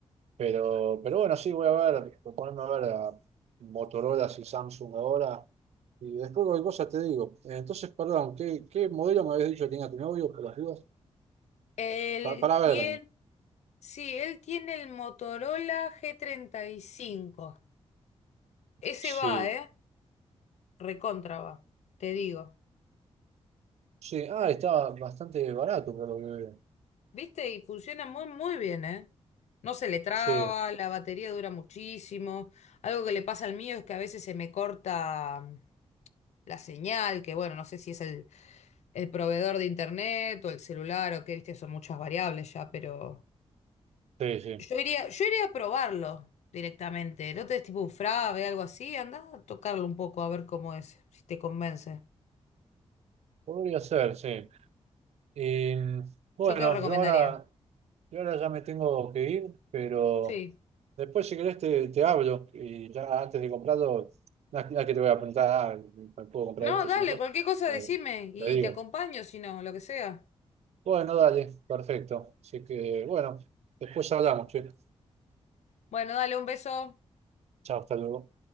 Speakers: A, on the right; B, on the left.
A: Pero, pero bueno, sí, voy a ver, voy a ponerme a ver a Motorola y Samsung ahora. Y después cualquier cosa te digo. Eh, Entonces, perdón, ¿qué, qué modelo me habías dicho que tenía tu novio por las dudas?
B: Él
A: Pa- para ver.
B: tiene, sí, él tiene el Motorola g treinta y cinco. Ese
A: Sí,
B: va, ¿eh? Recontra va, te digo.
A: sí. Ah, estaba bastante barato por lo que veo.
B: ¿Viste? Y funciona muy, muy bien, ¿eh? No se le traba,
A: Sí,
B: la batería dura muchísimo. Algo que le pasa al mío es que a veces se me corta mm, la señal, que bueno, no sé si es el, el proveedor de internet o el celular o qué, viste, son muchas variables ya, pero
A: sí, sí.
B: yo iría, yo iría a probarlo directamente. No te des tipo un frave, algo así, anda a tocarlo un poco a ver cómo es, si te convence.
A: Podría ser, sí. y bueno,
B: Yo te lo recomendaría.
A: yo ahora, yo ahora ya me tengo que ir, pero
B: Sí.
A: después si querés te, te hablo y ya antes de comprarlo, no es no es que te voy a preguntar, ah, ¿me puedo comprar
B: No,
A: este?
B: dale,
A: Si no,
B: cualquier cosa
A: eh,
B: decime y
A: te digo.
B: te acompaño, si no, lo que sea.
A: Bueno, dale, perfecto. Así que bueno, después hablamos, che.
B: Bueno, dale un beso.
A: Chao, hasta luego.